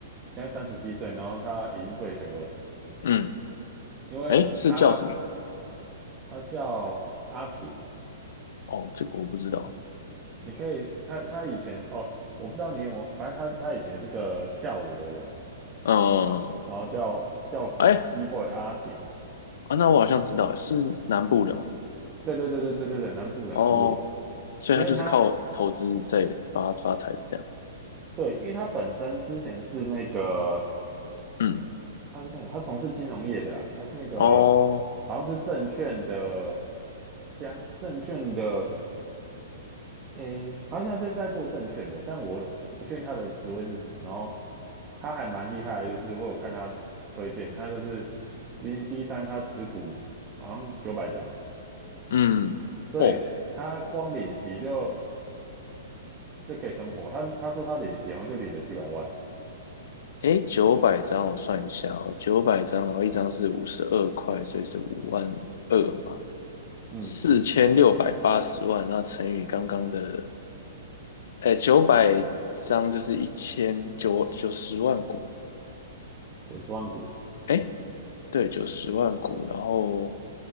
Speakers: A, on the right; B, on the left.
A: 现在三十七岁，然后他已经退休了，
B: 嗯，
A: 因为他
B: 诶，是叫什么？
A: 他叫阿婷，
B: 哦，这个我不知道。
A: 你可以他他以前哦，我不知道你有没有，反正他他以前也是个跳舞的人，
B: 嗯，
A: 然后叫叫
B: 诶，
A: B-boy 阿婷，
B: 啊，那我好像知道，是南部的嘛。
A: 对对对对对对对，南部的南部的，
B: 哦，所以他就是靠投资在发发财这样。
A: 因为他对，因为他本身之前是那个，
B: 嗯，
A: 他是那个，他从事金融业的啊，他是那个
B: 哦，
A: 好像是证券的相证券的，诶，反正他就是在做证券的，但我我不确定他的职位是什么，然后他还蛮厉害的就是我有看他推荐，他就是零零七三，他持股好像九百张。
B: 嗯。
A: 所以他光领息就
B: 哦，
A: 就可以生活。他他说他领息好像就领了几百万，
B: 诶，九百张我算一下哦，九百张，然后一张是五十二块，所以是五万二嘛，
A: 嗯，
B: 四千六百八十万，那乘以刚刚的，诶，九百张就是一千九九十万股，
A: 九十万股，
B: 诶，对，九十万股，然后